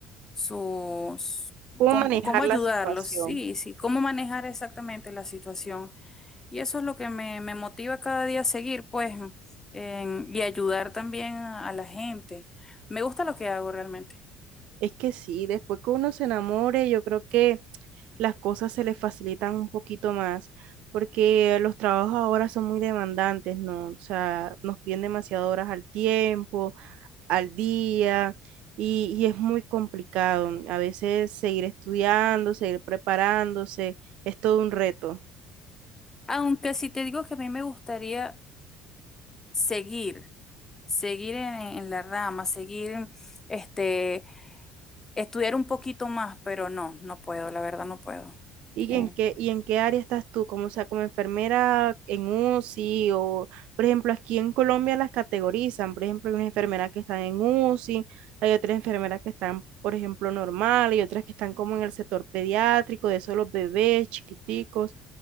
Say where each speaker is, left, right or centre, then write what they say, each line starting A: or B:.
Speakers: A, on the left (about 20°); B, on the right (about 60°).
A: sus,
B: ¿Cómo
A: cómo,
B: manejar
A: cómo ayudarlos,
B: la situación?
A: sí, sí, cómo manejar exactamente la situación. Y eso es lo que me, me motiva cada día a seguir, pues, en- y ayudar también a, la gente. Me gusta lo que hago realmente.
B: Es que sí, después que uno se enamore, yo creo que las cosas se les facilitan un poquito más, porque los trabajos ahora son muy demandantes, ¿no? O sea, nos piden demasiadas horas al tiempo, al día, y, y es muy complicado. A veces seguir estudiando, seguir preparándose, es todo un reto.
A: Aunque si te digo que a mí me gustaría seguir, seguir en, en la rama, seguir, este, estudiar un poquito más, pero no, no puedo, la verdad no puedo.
B: ¿Y
A: Eh,
B: en qué, y en qué área estás tú? Como, o sea, como enfermera en UCI o, por ejemplo, aquí en Colombia las categorizan. Por ejemplo, hay unas enfermeras que están en UCI, hay otras enfermeras que están, por ejemplo, normal y otras que están como en el sector pediátrico, de solo bebés chiquiticos.